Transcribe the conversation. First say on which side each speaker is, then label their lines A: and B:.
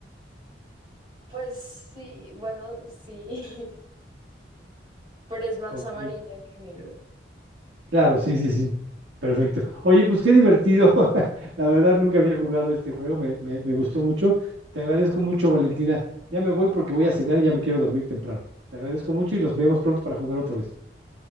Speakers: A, on the right; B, on the right.
A: Pues sí, bueno, sí, <laughs> pero es más
B: Ok.
A: amarilla que negro.
B: Claro, sí, sí, sí. Perfecto. Oye, pues qué divertido. <laughs> La verdad, nunca había jugado este juego. Me, me, me gustó mucho. Te agradezco mucho, Valentina. Ya me voy porque voy a cenar y ya me quiero dormir temprano. Te agradezco mucho y nos vemos pronto para jugar otra vez.